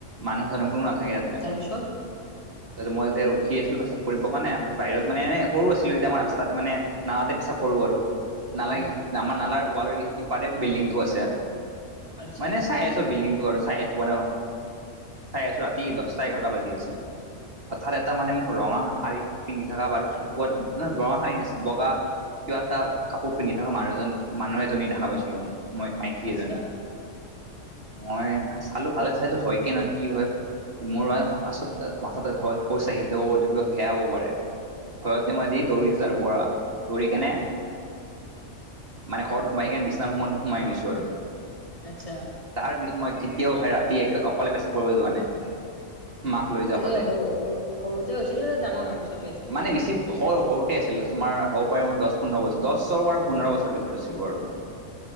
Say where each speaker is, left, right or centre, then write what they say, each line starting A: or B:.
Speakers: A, on the right (about 50°); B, on the left (about 25°).
A: মানুহ-চানুহ কোনো নাথাকে ইয়াতে।
B: তাৰপিছত?
A: ত মই যেতিয়া ৰখি আছিলো প্ৰেচাপ কৰিবৰ কাৰণে, বাহিৰত মানে সৰু আছিলো তেতিয়া মই ৰাস্তাত মানে নালাতে পেছাপ কৰো আৰু। নালাই‌
B: উম
A: আমাৰ নালাৰ ৱালৰ ইপাৰে বিল্ডিং টো আছে
B: আচ্ছা
A: মানে চাই আ বিল্ডিং টো আৰু চাই থাকো ন চাই আছো ৰাতি দহটা এঘাৰটা বাজি আছিল। হথাৎ এটা মানে মোক ৰঙা শাৰ়ী পিন্ধি থাকা বাৰ কুকুৱাটো নহ ৰঙা শাৰী নহয় বগা। কিবা এটা কাপোৰ পিন্ধি থকা মানুহ এজন, মানুহ এজনী দেখা পাইছিলোঁ ম মাইকী
B: আচ্ছা
A: এজনী। মই পা চালো ভাল চালো হয় কে নহয় কি হয়? মোৰ মা আচত মাথাতে শোচ আহিল হয়তো কিব সেয়া হব পাৰে। <unintelligible> ভয়তে মই দি দৌৰিছো তাৰ পৰা। দৌৰি কেনে মানে ঘৰৰত সোমাই কিনে বিছনাত সোমায় সোমাই গৈছো আৰু।
B: আচ্ছা।
A: তাৰ পিছত মই কেতিয়াও ভাই ৰাতি অকলে পেচাপ কৰিব যোৱা নাই। মাক লৈ যা
B: তেতিয়া
A: হয় দে,
B: সৰুতে হৈছিলে নে ডাঙৰ হোৱাৰ পিছতে হৈছে
A: মানে বেছি
B: তেনেকুৱা
A: স-সৰুতে আছিল। তোমাৰ হ'ব পাৰে মই দহ পোন্ধৰ বছৰ পৰা পোন্ধৰ বৰ ভিতৰত আছিলো আৰু।